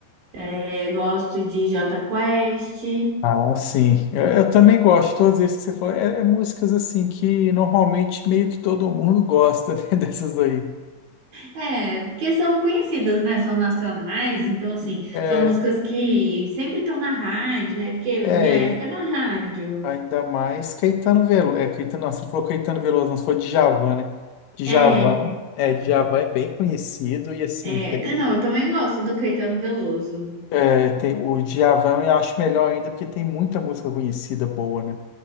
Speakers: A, on the right; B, on the left.
A: é, gosto de Jota Quest,
B: Ah, sim. Eu, eu também gosto de todos esses que você falou. É, é músicas, assim, que normalmente meio que todo mundo gosta, né? <laughs> Dessas aí.
A: é, porque são conhecidas, né? São nacionais, então, assim,
B: É,
A: são músicas que sempre estão na rádio, né? Porque
B: é,
A: minha época
B: e
A: é na rádio.
B: ainda mais Caetano Veloso. É, Caetano, nossa, não falou Caetano Veloso, não, você falou Djavan, né? Djavan,
A: É.
B: é, Djavan é bem conhecido e, assim,
A: É,
B: tem
A: que não, eu também gosto do Caetano Veloso.
B: É, tem o Djavan eu acho melhor ainda porque tem muita música conhecida boa, né?